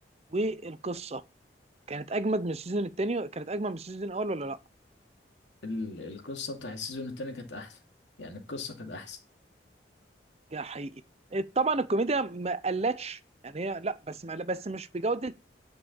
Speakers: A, on the right (about 35°); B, on the left (about 80°).
A: والقصه كانت اجمد من السيزون الثاني كانت اجمد من السيزون الاول ولا لا
B: ال- القصة بتاع السيزون التاني كانت أحسن يعني القصة كانت أحسن
A: ده حقيقي إيه، طبعا الكوميديا ما قلتش يعني هي لا بس ما بس مش بجوده